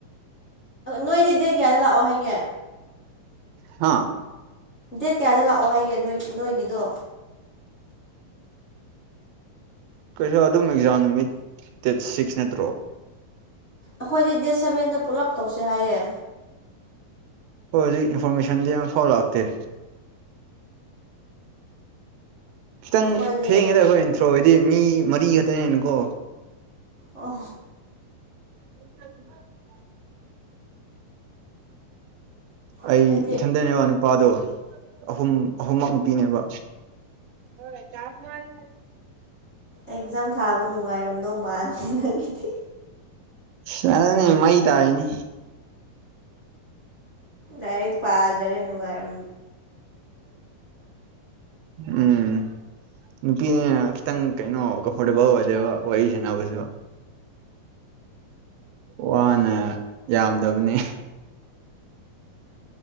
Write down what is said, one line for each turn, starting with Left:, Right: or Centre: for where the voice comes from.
Left: ꯅꯣꯏꯗꯤ ꯗꯦꯠ ꯀꯌꯥꯗ ꯂꯥꯛꯑꯣ ꯍꯥꯏꯒꯦ
Right: ꯍꯥꯥ
Left: ꯗꯦꯠ ꯀꯌꯥꯗ ꯂꯥꯛꯑꯣ ꯍꯥꯏꯒꯦ ꯅꯣꯏ ꯅꯣꯏꯒꯤꯗꯣ
Right: ꯀꯩꯁꯨ ꯑꯗꯨꯝ ꯑꯦꯛꯖꯥꯝ ꯅꯨꯃꯤꯠ ꯗꯦꯠ ꯁꯤꯛꯁ ꯅꯠꯇ꯭ꯔꯣ
Left: ꯑꯩꯈꯣꯏꯗꯤ ꯗꯦꯠ ꯁꯚꯦꯟꯗ ꯄꯨꯂꯞ ꯇꯧꯁꯦ ꯍꯥꯏꯌꯦ
Right: ꯍꯣꯏ ꯍꯧꯖꯤꯛ ꯏꯟꯐꯣꯔꯃꯦꯁꯟꯗꯤ ꯑꯃ ꯐꯥꯎ ꯂꯥꯛꯇꯦ ꯈꯤꯇꯪ
Left: ꯑꯩꯈꯣꯏꯗꯤ
Right: ꯊꯦꯡꯉꯦꯗ ꯑꯩꯈꯣꯏ ꯑꯦꯟꯊ꯭ꯔꯣ ꯍꯥꯏꯗꯤ ꯃꯤ ꯃꯔꯤ ꯈꯛꯇꯅꯦꯅꯀꯣ
Left: ꯑ
Right: <inaudible> ꯑꯩ
Left: ꯑꯩꯈꯣꯏꯗꯤ
Right: ꯏꯊꯟꯗꯅꯦꯕ ꯅꯨꯄꯥꯗꯣ ꯑꯍꯨꯝ ꯑꯍꯨꯝꯃꯛ ꯅꯨꯄꯤꯅꯦꯕ ꯍꯣꯏ ꯆꯥꯁ ꯃꯥꯔꯦ
Left: ꯑꯦꯛꯖꯥꯝ ꯊꯥꯕ ꯅꯨꯡꯉꯥꯏꯔꯝꯗꯧ ꯃꯥꯜꯗꯦ ꯅꯪꯒꯤꯗꯤ
Right: ꯁꯔꯦ ꯅ ꯃꯩ ꯇꯥꯏꯅꯤ
Left: ꯗꯔ ꯄꯥꯖꯔꯦ ꯅꯅꯨꯡ ꯑꯔꯝ
Right: ꯎꯝ ꯅꯨꯄꯤꯅꯦ ꯈꯤꯇꯪ ꯀꯩꯅꯣ ꯀꯝꯐꯣꯔꯇꯦꯕꯜ ꯑꯣꯏꯗꯦꯕ ꯑꯣꯏꯏꯁꯅꯁꯨ ꯋꯥꯅꯦ ꯌꯥꯝꯗꯕꯅꯦ